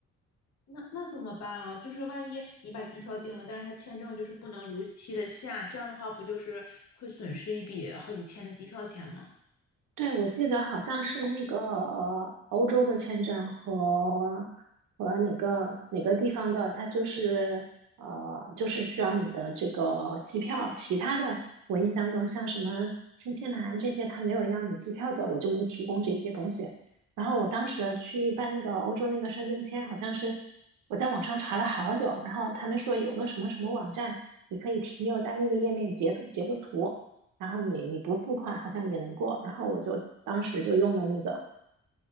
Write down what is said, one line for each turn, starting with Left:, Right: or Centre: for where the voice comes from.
Left: 那那怎么办啊？就是万一你把机票订了，但是他签证就是不能如期的下，这样的话不就是会损失一笔好几千的机票钱吗？
Right: 对，我记得好像是那个呃欧洲的签证和和哪个哪个地方的，它就是呃，就是需要你的这个机票。其他的，我印象中像什么新西兰这些，它没有要你机票的，我就没提供这些东西。然后我当时去办那个欧洲那个申根签，好像是我在网上查了好久，然后他们说有个什么什么网站，你可以停留在那个页面截图截个图。然后你你不付款好像也能过，然后我就当时就用了那个，